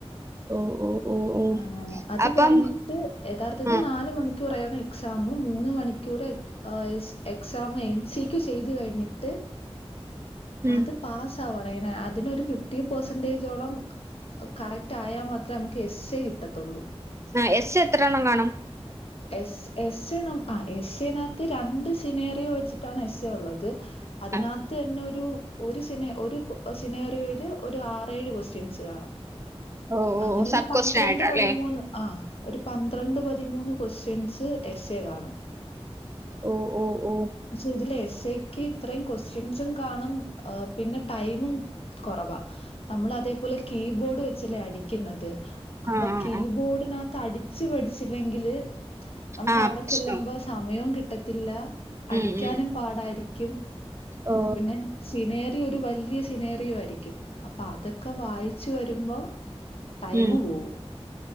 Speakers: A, on the right (about 25°); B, on the left (about 65°).
A: ഓ ഓ ഓ
B: ആഹ് അത്
A: അപ്പം
B: കഴിഞ്ഞിട്ട് യഥാർത്ഥത്തിൽ
A: ആ
B: നാല് മണിക്കൂറാണ് എ എക്സാമ് മൂന്ന് മണിക്കൂർ എക് ഏസ് എക്സാമ് എംസിക്യൂ ചെയ്ത് കഴിഞ്ഞിട്ട്
A: ഉം
B: അത് പാസ് ആവണം അതിന് അതിനൊരു ഫിഫ്റ്റി പെർസെന്റേജോളം കറക്റ്റ് ആയാൽ മാത്രമേ നമുക്ക് എസ് എ കിട്ടത്തുള്ളൂ
A: ആ എസ്എ എത്രണ്ണം കാണും
B: എസ് എസ് എ ന ആഹ് എസ് എനകത്ത് രണ്ട് സിനേറിയോ വെച്ചിട്ടാണ് എസ് എ ഉള്ളത് അതിനകത്ത്
A: ആ
B: തന്നെ ഒരു ഒരു സിനേ ഒരു സിനേറിയോയില് ഒരു ആറേഴ് ക്വസ് റ്റിയൻസ് കാണും
A: ഓ ഓ
B: അങ്ങനെ ഒരു
A: സബ്
B: പന്ത്രണ്ട്
A: ക്വസ്റ്റ്യൻ ആയിട്ടാല്ലേ
B: പതിമൂന്ന് ആഹ് ഒരു പന്ത്രണ്ട് പതിമൂന്ന് ക്വസ്റ്റ്യൻസ് എസ് എ കാണും
A: ഓ ഓ ഓ
B: പക്ഷെ ഇതില് എസ് എ ക്ക് ഇത്രയും ക്വസ്റ്റ്യൻസും കാണും പിന്നെ ടൈമും കുറവാ നമ്മൾ അതേപോലെ കീബോർഡ് വെച്ചല്ലേ അടിക്കുന്നത് അപ്പൊ
A: ആ ആ
B: കീബോർഡിനകത്ത്
A: ആ
B: അടിച്ച് പടിച്ചില്ലെങ്കില് നമുക്ക്
A: ആ
B: അവിടെ
A: പ്രശ്നം
B: ചെല്ലുമ്പോ സമയോം കിട്ടത്തില്ല അടിക്കാനും
A: ഉം ഉം
B: പാടായിരിക്കും
A: ഓ
B: പിന്നെ സിനേറി യം ഒരു വല്യ സിനേറിയേം ആയിരിക്കും അപ്പൊ അതൊക്കെ വായിച്ച് വരുമ്പോ ടൈമ്
A: ഉം
B: പോകും